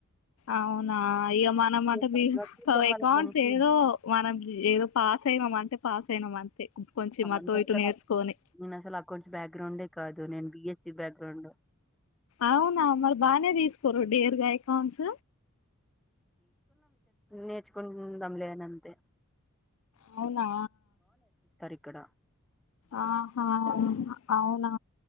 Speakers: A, on the left (about 65°); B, in the centre.
A: అవునా ఇక మన
B: చూసాం
A: అంట బి
B: వాళ్ళకి
A: అకౌంట్స్
B: మంచి
A: ఏదో మనం ఏదో పాస్ సేమ్మంటే పాస్ అయినాం అంతే కొంచెం
B: నేను
A: అటు ఇటు
B: అసలు
A: నేర్చుకొని
B: నేను అసలు ఆ కొంచెం బ్యాక్గ్రౌండే కాదు నేను బిఎస్స బ్యాగ్రౌడ్
A: అవునా మరి బాగానే తీసుకోరు డెరగా అకౌట్స్
B: నేర్చుకుంటందాం లేదనింతే
A: అవునా
B: అక్కడ
A: ఆహా అవునా